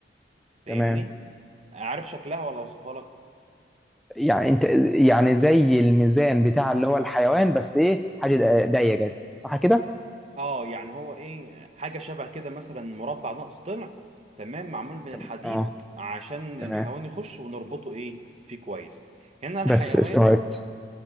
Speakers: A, on the right (about 35°); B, in the centre.
A: فاهمني
B: تمام
A: عارف شكلها ولا اوصفها لك
B: يعني انت يعني زي الميزان بتاع اللي هو الحيوان بس ايه حاجه ض- ضيقه جدا صح كده
A: اه يعني هو ايه حاجه شبه كده مثلا مربع ناقص ضلع تمام معمول من
B: تمام
A: الحديد
B: اه
A: عشان
B: تمام
A: الحيوان يخش ونربطه ايه فيه كويس هنا الحيوان
B: بس استوعبت